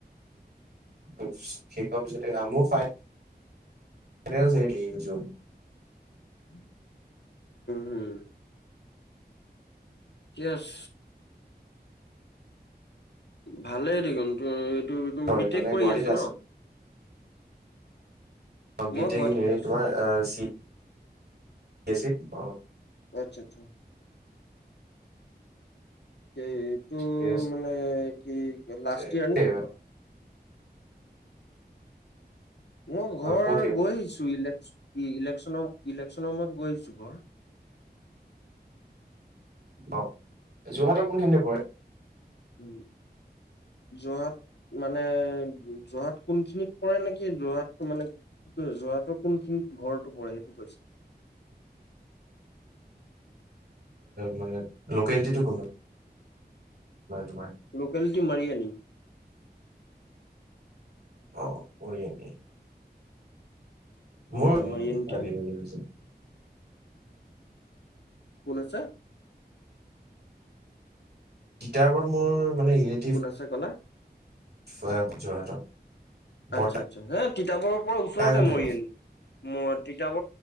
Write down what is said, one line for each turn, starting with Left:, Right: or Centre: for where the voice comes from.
Right: উম, শেষহুৱাপিছট, মোৰ ফাইনেল <unintelligible>
Left: উম, হম। ইএচ। ভালে দেখোন, তো এইটো তুমি
Right: হয়
Left: বি, টেক
Right: মানে
Left: কৰি
Right: গুৱাহাটীতে
Left: আছা ন।
Right: অ,
Left: মই
Right: বি, টেক,
Left: গুৱাহাটীতে
Right: হেৰী
Left: আছো।
Right: তোমাৰ, অ, চি কি আছিল, অ।
Left: আচ্ছা আচ্ছা এ, টো
Right: ঠিকে
Left: মানে কি,
Right: আছে
Left: লাষ্ট ইয়াৰ নেকি তোমাৰ? মই ঘৰ
Right: ফৰ্থ ইয়েৰ
Left: গৈ আহিছো। ইলেক ই, ইলেকশ্যনৰ, ইলেকশ্যনৰ সময়ত গৈ আহিছো ঘৰ।
Right: অ, যোৰহাটৰ কোনখিনিতে পৰে?
Left: উম, যোৰহাট মানে যহাট কোনখিনিত পৰে নেকি যোৰহাটটো মানে কি? কোন খিনিতঘৰটো পৰেসেইটো কৈছোঁ।
Right: মানে লোকেলিটিটো কোনো তোমাৰ
Left: লোকেলিটি মাৰি আনি।
Right: অ' মৰি আনি। <inaudible>
Left: উম মাৰিয়ানী টাউন। কোন আছে?
Right: কিতাপত মোৰ মানে ৰিলেটিভ
Left: কোন আছে কলা?
Right: <inaudible> বৰ্তা
Left: আচ্ছা আচ্ছা হা তিতাবৰৰ পৰা ওচৰতে
Right: এজন থাকে
Left: মৰি আনি ম তিতাব